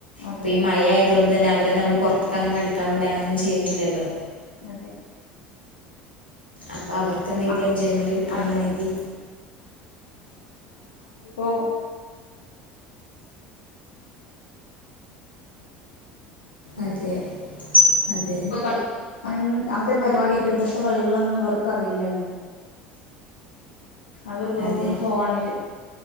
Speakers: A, on the left; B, on the left.
A: അതെ
B: ഇപ്പൊ ഈ മഴ ആയ അതോണ്ട് തന്നെ അവരെ നമ്മൾ പുറത്തൊക്ക അങ്ങെനെ കളിക്കാ വിടുക അങ്ങനൊന്നും ചെയ്യുന്നില്ലല്ലോ
A: അതെ
B: അപ്പൊ അവർക്ക് എന്തെങ്കിലും
A: മ
B: എൻജോയ്മെന്റ് കിട്ടണം
A: അതെ
B: എന്നുണ്ടെങ്കി
A: ഓ
B: അതെ അതെ
A: അങ്ങനെ അങ്ങനത്തെ ഒരു പരിപാടി കിട്ടും ഇണ്ടത്തെ കളികളൊന്നും ഇവർക്കറിയില്ലല്ലോ അവർ വെറും
B: അതെ
A: ഫോണില്